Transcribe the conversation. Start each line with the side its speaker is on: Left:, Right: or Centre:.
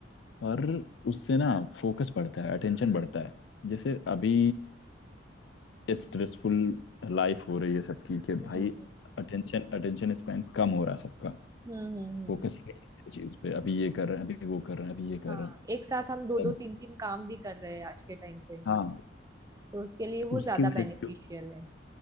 Left: और उससे ना फोकस बढ़ता है अटेंशन बढ़ता है जैसे अभी स्ट्रेसफुल लाइफ हो रही है सबकी कि
Right: हम्म
Left: भाई
Right: हम्म
Left: अटेंशन अटेंशन स्पैन कम हो रहा है सबका
Right: हम्म हम्म,
Left: फोकस ही नहीं है किसी चीज पे अभी ये कर रहे हैं अभी वो कर रहे हैं अभी ये कर
Right: हाँ
Left: रहे हैं
Right: एक साथ हम दो दो
Left: मतलब
Right: तीन तीन काम भी कर रहे हैं आज के टाइम पे
Left: हाँ
Right: तो उसके लिए वो
Left: तो उसकी
Right: ज्यादा
Left: वजह
Right: बेनिफिशियल
Left: से जो-
Right: है